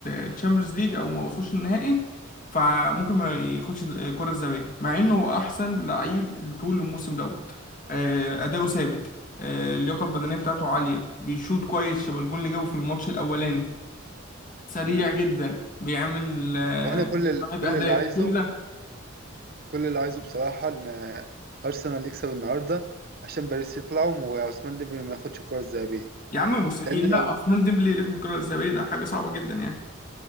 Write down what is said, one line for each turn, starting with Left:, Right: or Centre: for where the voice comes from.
Left: الشامبيونز ليج او ما وصلوش النهائي فممكن ما ياخدش الكرة الذهبية مع انه هو احسن لعيب طول الموسم دوت آه، اداؤه ثابت آه، اللياقة البدنية بتاعته عالية بيشوط كويس شبه الجون اللي جابه في الماتش الاولاني سريع
Right: امم
Left: جدا بيعمل آه،
Right: وانا كل ال-
Left: عدد
Right: كل
Left: اهداف
Right: اللي عايزه
Left: كل ده
Right: كل اللي عايزه بصراحة إن أرسنال يكسب النهاردة عشان باريس يطلعوا وعثمان ديمبلي ما ياخدش الكرة الذهبية
Left: يا عم مستحيل
Right: لأن
Left: لا
Right: لو
Left: عثمان ديمبلي اللي ياخد الكرة الذهبية ده حاجة صعبة جدا يعني